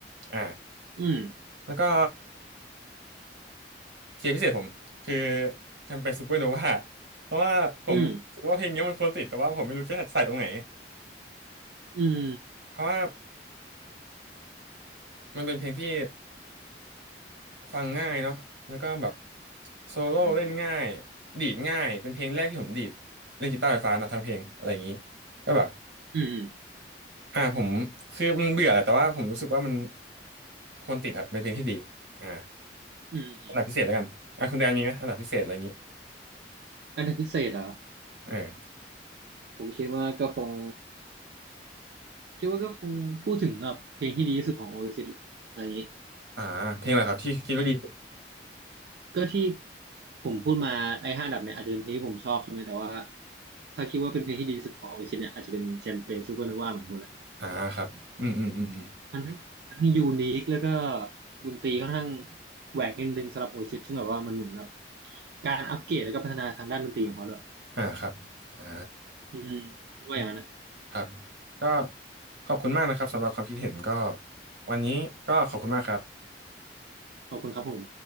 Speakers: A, on the right (about 85°); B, on the right (about 60°).
A: อ่า
B: อืม
A: แล้วก็เทียร์พิเศษผมคือแชมเปญซูเปอร์โนวาเพราะว่าผมรู้สึกว่าเพลงนี้มันควรติดแต่ว่าผมไม่รู้จะใส่ตรงไหน
B: อืมอืม
A: เพราะว่ามันเป็นเพลงที่ฟังง่ายเนาะแล้วก็แบบโซโล่เล่นง่าย
B: อืม
A: ดีดง่ายเป็นเพลงแรกที่ผมดีดเล่นกีตาร์ไฟฟ้านะทั้งเพลงอะไรอย่างนี้ก็แบบ
B: อืม อืม
A: อ่าผมคือมันเบื่อแหละแต่ว่าผมรู้สึกว่ามันควรติดครับเป็นเพลงที่ดีอ่า
B: อ
A: อันดับพิเศษแล้วกันอ่าคุณแดนมีไหมอันดับพิเศษอะไรอย่างนี้
B: ันดับพิเศษเหรอ
A: เออ
B: ผมคิดว่าก็คงคิดว่าก็คงพูดถึงแบบเพลงที่ดีที่สุดของโอเอซิสอะไรอย่างนี้
A: อ่าเพลงอะไรครับที่คิดว่าดีสุด
B: แบบก็ที่ผมพูดมาไอ้ห้าอันดับเนี่ยอาจจะเป็นเพลงที่ผมชอบใช่ไหมแต่ว่าถ้าคิดว่าเป็นเพลงที่ดีที่สุดของโอเอซิสเนี่ยอาจจะเป็นแชมเปญซูเปอร์โนวาเหมือนคุณนะ
A: อ่าครับอืมอืมอืมอืม
B: แบบมันทั้งมันทั้งยูนิคแล้วก็ดนตรีค่อนข้างแหวกนิดนึงสำหรับโอเอซิสซึ่งแบบว่ามันเหมือนแบบการอัปเกรดแล้วก็พัฒนาทางด้านดนตรีของเขาเลย
A: อ่าครับอ่า
B: อืคมคิดว่าอย่างนั้นนะ
A: อืมครับก็ขอบคุณมากนะครับสำหรับความคิดเห็นก็วันนี้ก็ขอบคุณมากครับ
B: ขอบคุณครับผม